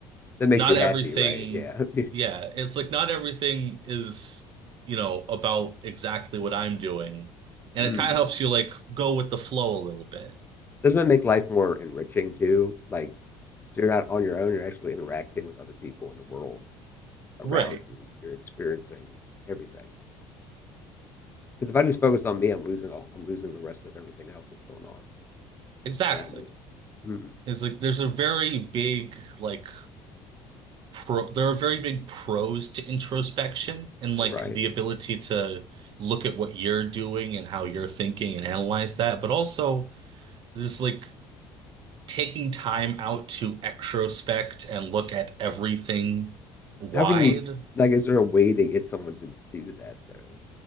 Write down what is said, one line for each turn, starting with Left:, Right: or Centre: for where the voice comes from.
Left: That makes
Right: not
Left: you happy,
Right: everything.
Left: right? Yeah.
Right: Yeah,
Left: <laughs>
Right: it's like not everything is you know about exactly what I'm doing, and
Left: Mm.
Right: it kind of helps you like go with the flow a little bit.
Left: Doesn't it make life more enriching too? Like so you're not on your own, you're actually interacting with other people in the world around
Right: Right.
Left: you. You're experiencing everything. Because if I just focus on me, I'm losing all, I'm losing the rest of everything else that's going on
Right: Exactly.
Left: around me. Hmm.
Right: is like there's a very big like pro there are very big pros to introspection and like
Left: Right.
Right: the ability to look at what you're doing and how you're thinking and analyze that, but also this like taking time out to extrospect and look at everything wide.
Left: How can you like? Is there a way to get someone to do that though?